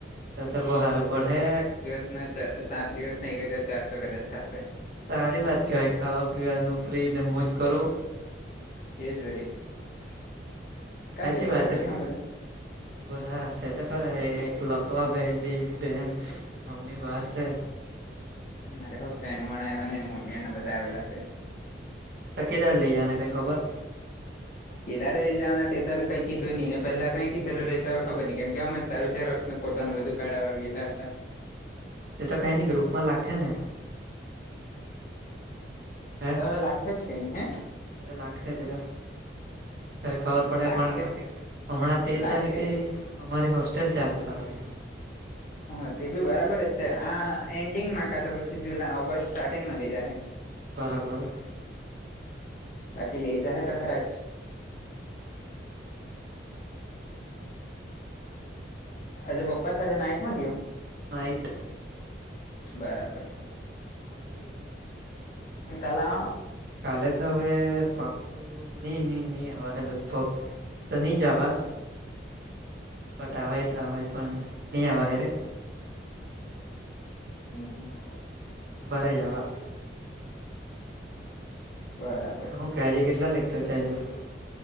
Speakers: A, on the right (about 55°); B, on the left (about 45°).
A: તો-તો બહું હારું પડે.
B: નચ સાત દિવસના એક હજાર ચારસો કદાચ થશે.
A: તારી વાર કાઈ ખાવા પીવાનું ફ્રીને મોજ કરો.
B: <unintelligible>
A: હાચી વાત
B: ઘરના
A: રે.
B: બધા
A: એ બધા સે તો કરે એક લખવા બેહેલી મમ્મી બહાર છે.
B: મારે ફ્રેન્ડ આવ ને મમ્મી એને બધા આવેલા છે.
A: ત કેદાર લઈ જવાનાં કઈ ખબર?
B: કીદાડે લઈ જવાનાને તે તો કઈ કીધું નઈ પેલા કઈ કીધેલુ રેય તો હોય ખબર નહી કેમ કે અમે તારું જેરસો ફોટો ન બધું કાઢાવા ગેલા હતા.
A: તે તો કંઈની ગ્રુપમાં લાખે ને. હે
B: તો હવે લાખે જ કે નહી હે.
A: તે તો લાખે તેતો ખરે ખબર પડે
B: લાખે
A: પણ હ હમણાં તેર
B: લાખે
A: તારીખથી અમારી હોસ્ટેલ ચાલુ થવાની.
B: હ તે બી બરાબર જ છે આ એન્ડિંગમાં કા તો પછી જુલાઈ ઓગસ્ટ સ્ટાર્ટિંગમાં લઇ જાહે.
A: બરાબર.
B: બાકી લે જાય તો ખરા જ.
A: હમ.
B: આજે પપ્પા તારે નાઈટ માં ગયો?
A: નાઇટ.
B: બરાબર.
A: One week week.
B: એ કાલે આવાનું.
A: કાલે તો હવે પાકું. નઈ નઈ નહી આવાહે લગભગ એમ તો નઈ જ આવા. બટ આવાય તો આવાય પણ નહીં આવાય રે.
B: હમ હમ.
A: સોમવારે જ આવા.
B: બરાબર.
A: તો હું કે આજે કેટલા લેક્ચર ચાલ્યા?